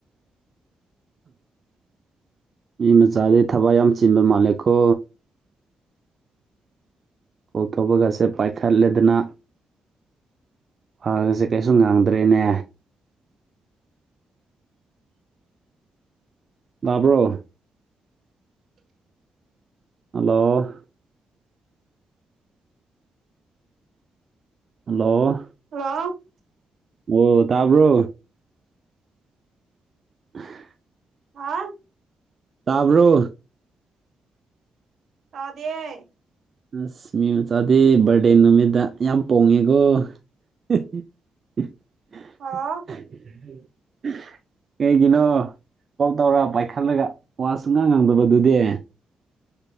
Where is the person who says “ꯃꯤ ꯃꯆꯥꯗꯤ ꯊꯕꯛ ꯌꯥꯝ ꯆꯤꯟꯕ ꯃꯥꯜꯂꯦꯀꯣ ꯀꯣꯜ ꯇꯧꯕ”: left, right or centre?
Right